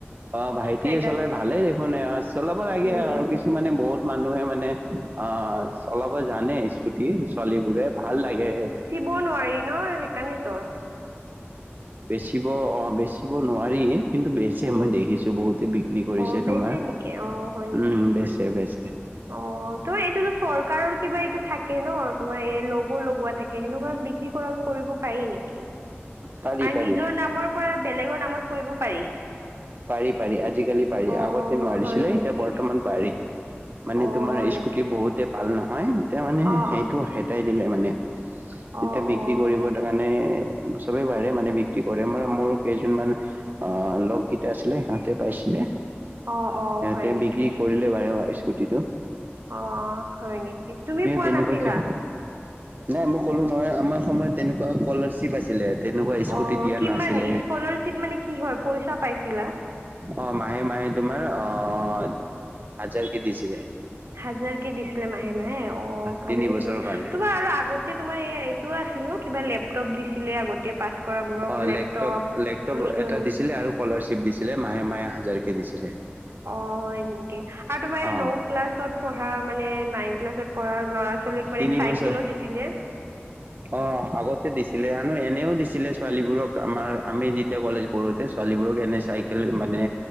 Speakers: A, on the right (about 40°); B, on the right (about 70°).
A: অঁ ভাইটিয়ে
B: সেইকাৰণে
A: চলাই ভালে দেখোন অ' চলাব লাগে
B: উম।
A: আৰু কিছ- কিছুমান বহুত মানুহে মানে অঁ চলাব জানে ইচ- কুটী ছোৱালীবোৰে ভাল লাগে সিহঁতে-
B: ব নোৱাৰি ন। সেইকাৰণেটো।
A: বেচিব অঁ বেচিব নোৱাৰি। কিন্তু বেচে,
B: উম।
A: মই দেখিছো বহুতে বিক্ৰী কৰিছে
B: অ বেচে
A: তোমাৰ,
B: নেকি অ হয় নেকি?
A: উম, বেচে বেচ
B: অ', ত' এইটোতো চৰকাৰৰ কিবা এইটো থাকে ন, তোমাৰ এই ল গো লগোৱা থাকে, সেনেকুৱা বিক্ৰী কৰা, কৰিব পাৰি নেকি,
A: পাৰি
B: আৰু
A: পাৰি
B: নিজৰ নামৰ পৰা বেলেগৰ নামত কৰিব পাৰি।
A: পাৰি, পাৰি, আজিকালি পাৰি,
B: অ'
A: আগতে নোৱাৰিছিলে,
B: হয় নেকি
A: এতিয়া বৰ্তমান পাৰি। মানে
B: অ'
A: তোমাৰ
B: হয়
A: স্কুটী
B: নেকি
A: বহুতে পাল নহয়, এতিয়া মানে,
B: অ'
A: সেইটো
B: অ'
A: হেতাই দিলে মানে এতিয়া
B: অ'
A: বিক্ৰী
B: অ'
A: কৰিব দ মানে চবে পাৰে, মানে বিক্ৰী কৰে, মই মোৰ কেইজনমান আহ' লগ টা আছিলে সিহঁতে পাইছিলে,
B: অ' অ'
A: সিহঁতে
B: হয় নেকি
A: বিক্ৰী কৰিলে বাৰু স্কুটীটো।
B: অ', হয় নেকি, তুমি পোৱা
A: তেনেকুৱা
B: নাছিলা?
A: কিয় নাই মই ক'লোঁ নহয়, আমাৰ সময়ত তেনেকুৱা স্কলাৰশ্বিপ আছি লে তেনেকুৱা স্কুটি
B: অ'
A: দিয়া
B: কিমান
A: নাছিলে।
B: স্কলাৰশ্বিপ মানে কি হয় পইচা পাইছিলা
A: অ', মাহে মাহে তোমাৰ আহ হাজাৰ কে দিছিলে।
B: হাজাৰ কে দিছিলে মাহে মাহে অ',
A: তিনি
B: ভালে
A: বছৰৰ
B: চোন
A: কাৰণে
B: তোমাৰ আৰু আগতে এ তোমাৰ এই এইটোও আছিল ন কিবা লেপটপ দিছিলে আগতে পাছ কৰা বোৰক
A: অ
B: লেপটপ,
A: লেপটপ
B: উম
A: এটা
B: উম।
A: দিছিলে আৰু স্কলাৰশ্বিপ দিছিলে মাহে মাহে হাজাৰকে দিছিলে।
B: অ', হয় নেকি আৰু তোমাৰ
A: অ
B: ন ক্লাছত পঢ়া মানে নাইন ক্লাছত পঢ়া ল'ৰা ছোৱালীক মানে
A: তিনি
B: চাইকেলো
A: বছৰ
B: দিছিলে।
A: অ', আগতে দিছিলে আৰু এনেও দিছিলে ছোৱালীবোৰক আমাৰ আমি যি এতিয়া কলেজ পঢ়োতে ছোৱালীবোৰক এনে চাইকেল মানে